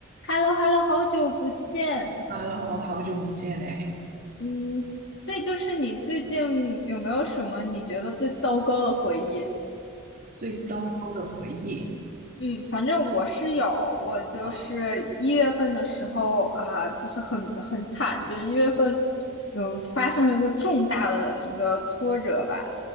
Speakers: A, on the left (about 65°); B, on the right (about 45°).
A: h e l l o h e l l o 好久不见。
B: Hello，好久不见哎！
A: 嗯，对，就是你最近有没有什么你觉得最糟糕的回忆？
B: 最糟糕的回忆
A: 嗯，反正我是有，我就是一月份的时候啊，
B: 啊，
A: 就是很很惨，就是一月份有发生了一个重大的一个挫折吧。